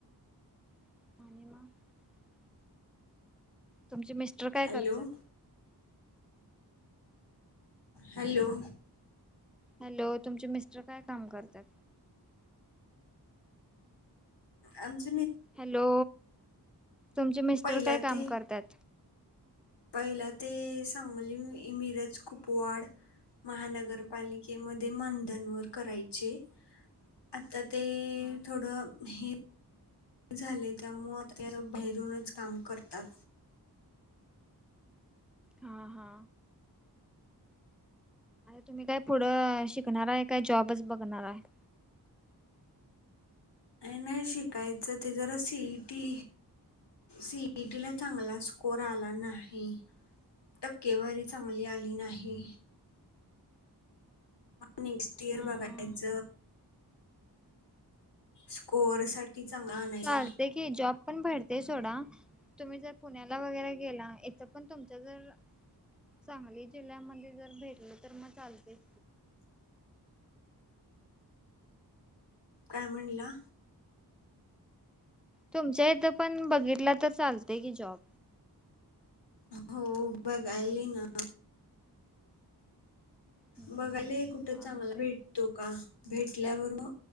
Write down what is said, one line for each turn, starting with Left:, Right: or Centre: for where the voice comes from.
Centre: <inaudible> तुमचे मिस्टर काय
Left: हॅलो
Centre: करतात.
Left: हॅलो.
Centre: हॅलो तुमचे मिस्टर काय काम करतात.
Left: आमची.
Centre: हॅलो तुमचे मिस्टर
Left: पहिला
Centre: काय काम
Left: ते
Centre: करतात.
Left: पहिला ते सांगली इ मिरज कुपवाड. महानगरपालिकेमध्ये मंधनवर करायचे आता. ते
Centre: हा
Left: थोडं हे. झाले त्यामुळ आता भहेरूनच काम करतात.
Centre: हा हा. तुम्ही काय पुढं शिकणार आहे काय जॉबच बघणार आहे. <inaudible>
Left: नाही शिकायचं ते जरा सीईटी. सीईटी ला चांगला स्कोर आला नाही. टक्केवारी चांगली आली नाही. नेक्स्ट इयर
Centre: हा
Left: बघायच
Centre: हा
Left: स्कोर साठी. चांगला आणायचा
Centre: चालते की जॉब पण भरतेय सोडा. तुम्ही जर पुण्याला वगैरे गेला इथ पण तुमच जर. सांगली जिल्ह्यामध्ये जर भेटल तर मग चालतेच.
Left: काय म्हणला.
Centre: तुमच्या इथं पण बघितला तर चालतय कि जॉब.
Left: हो बघ आयली ना.
Centre: हम्म
Left: बघायला कुठं
Centre: चालतय
Left: चांगला भेटतो का भेट. आपल्यावर म